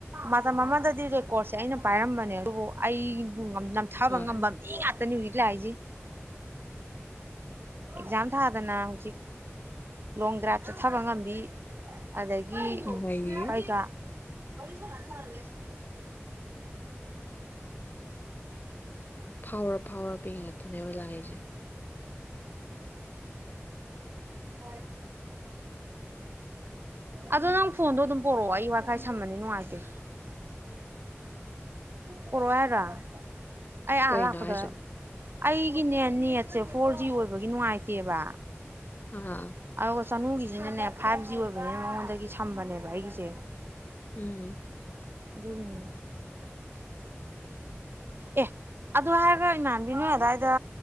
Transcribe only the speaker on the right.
ꯃꯇꯝ ꯑꯃꯗꯗꯤ ꯔꯦꯀꯣꯔꯠꯁꯦ ꯑꯩꯅ ꯄꯥꯏꯔꯝꯕꯅꯦ ꯑꯗꯨꯕꯨ ꯑꯩ ꯅꯝꯊꯕ
ꯉꯝꯕ ꯃꯤ ꯉꯥꯛ ꯅ ꯍꯧꯖꯤꯛꯂ ꯍꯥꯏ ꯑꯦꯛꯖꯥꯝ ꯊꯥꯗꯅ ꯍꯧꯖꯤꯛ ꯂꯣꯡ ꯗ꯭ꯔꯥꯚ ꯆꯠꯊꯕ ꯉꯝꯕꯤ ꯑꯗꯒꯤ
ꯀꯩꯀ ꯋꯥꯔꯤ ꯁꯅꯦꯁ ꯁꯦ
ꯎ ꯍꯣꯏ ꯑꯗꯣ ꯅꯪ ꯐꯣꯟꯗꯣ ꯑꯗꯨꯝ ꯄꯣꯔꯛꯑꯣ ꯑꯩ ꯋꯥꯏꯐꯥꯏ ꯁꯝꯕꯅꯤ ꯅꯨꯡꯉꯥꯏꯇꯦ ꯄꯣꯔꯛꯑꯣ ꯍꯥꯏꯗ꯭ꯔꯥ ꯑꯩ
ꯑꯥ ꯂꯥꯛꯀꯨꯗ
ꯑꯩꯒꯤꯅꯦ ꯅꯦꯠꯁꯦ ꯐꯣꯔ ꯖꯤ ꯑꯣꯏꯕꯒꯤ ꯅꯨꯡꯉꯥꯏꯇꯦꯕ
ꯑꯗꯨꯒ ꯆꯅꯨꯒꯤꯁꯤꯅꯅꯦ ꯐꯥꯏꯚ ꯖꯤ ꯑꯣꯏꯕꯅꯤꯅ ꯃꯉꯣꯟꯗꯒꯤ ꯁꯝꯕꯅꯦꯕ ꯑꯩꯒꯤꯁꯦ
ꯑꯗꯨꯒꯤ ꯃꯤꯗ ꯑꯦ ꯑꯗꯨ ꯍꯥꯏꯔꯒ ꯏꯃꯥꯟꯕꯤꯅꯣꯏ ꯑꯗꯨꯋꯥꯏꯗ